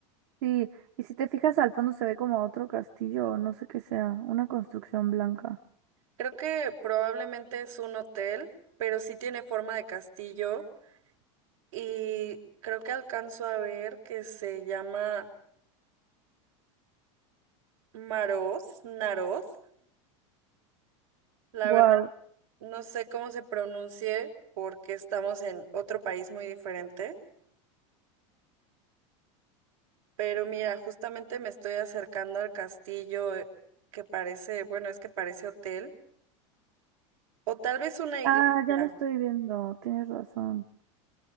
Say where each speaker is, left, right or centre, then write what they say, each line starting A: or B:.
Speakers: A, on the right; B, on the right.
A: Sí, y si te fijas al fondo se ve como otro castillo, no sé qué sea, una construcción blanca.
B: Creo que probablemente es un hotel, pero sí tiene forma de castillo y creo que alcanzo a ver que se llama Maroz, Naroz. La
A: Wow.
B: verdad, no sé cómo se pronuncie porque estamos en otro país muy diferente, pero mira, justamente me estoy acercando al castillo eh, que parece, bueno, es que parece hotel o tal vez una iglesia.
A: Ah, ya lo estoy viendo, tienes razón.